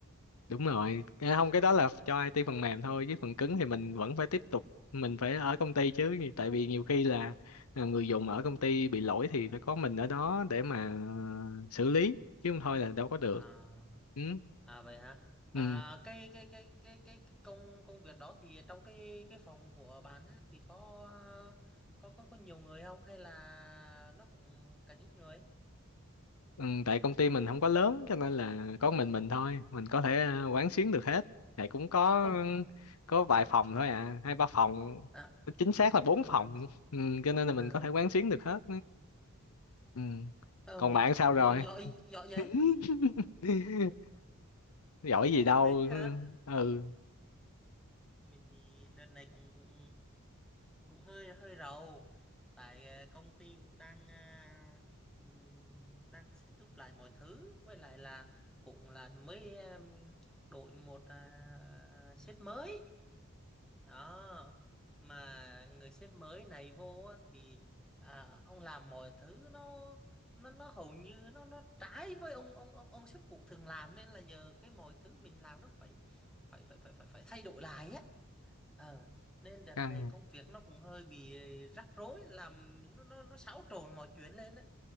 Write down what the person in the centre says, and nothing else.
À.
À.
À vậy hả? À
cái cái cái cái cái công công việc đó thì trong cái cái phòng của bạn á, thì có có có có nhiều người không hay là nó cũng cần ít người?
Ừ.
Ồ,
à
à
à.
Ờ,
giỏi giỏi vậy.
<laughs> Mình hả?
mình thì đợt này cũng cũng cũng hơi hơi rầu tại ờ, công ty cũng đang à, ừm, đang set up lại mọi thứ với lại là cũng là mới um, đổi một à, sếp mới đó mà người sếp mới này vô á thì à, ông làm mọi thứ nó nó nó hầu như nó nó trái với ông ông ông, ông sếp cũ thường làm nên là giờ cái mọi thứ mình làm nó phải phải phải phải phải phải thay đổi lại á ờ nên đợt
này công việc nó cũng hơi bị rắc rối làm nó nó nó xáo trộn mọi chuyện lên á